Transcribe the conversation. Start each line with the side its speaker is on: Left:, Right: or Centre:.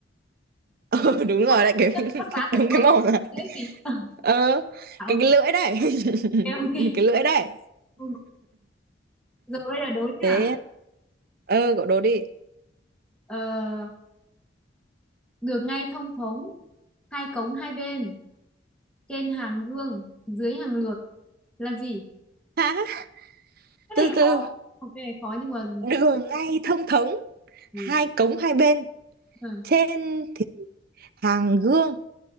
Right: ừ,
Centre: Cái
Right: đúng rồi đấy cái
Centre: con
Right: <laughs>
Centre: cá thần
Right: đúng
Centre: bơn
Right: cái màu rồi
Centre: đấy gì <laughs> à,
Right: ờ
Centre: ok
Right: cái, cái lưỡi đấy
Centre: ok
Right: <laughs> cái lưỡi đấy
Centre: Ừ. rồi bây giờ đối nhá,
Right: thế ờ cậu đố đi
Centre: ờ, đường ngay thông thống hai cống hai bên trên hàng gương dưới hàng lược là gì
Right: hả
Centre: cái này
Right: từ từ
Centre: khó Không, cái này khó nhưng mà
Right: đường ngay thông thống
Centre: ừ.
Right: hai cống hai bên
Centre: ừ.
Right: trên hàng gương